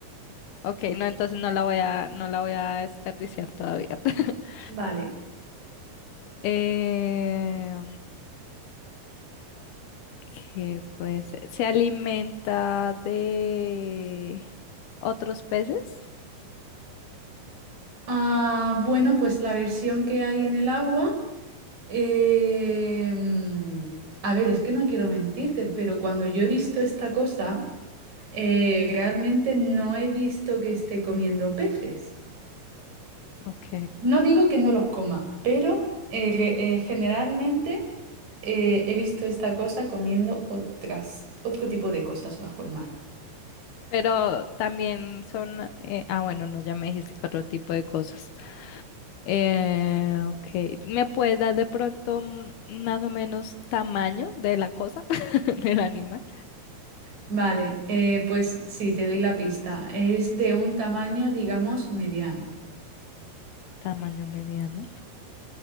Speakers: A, on the left (about 75°); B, on the right (about 45°).
A: okay, no, entonces no la voy a, no la voy a desperdiciar todavía. <laughs>
B: Vale.
A: Eh, ¿qué puede ser? ¿Se alimenta de otros peces?
B: Ah, bueno, pues la versión que hay en el agua, em, a ver, es que no quiero mentirte, pero cuando yo he visto esta cosa, eh, realmente no he visto que esté comiendo peces.
A: Ok.
B: No digo que no los coma, pero eh, re- eh, generalmente eh, he visto esta cosa comiendo otras, otro tipo de cosas bajo el mar.
A: Pero también son... eh, ah, bueno, no, ya me dijiste que otro tipo de cosas. Eh, ok. ¿Me puedes dar de pronto mm, más o menos tamaño de la cosa, <laughs> del animal?
B: Vale, eh, pues sí, te doy la pista. Es de un tamaño, digamos, mediano.
A: Tamaño mediano.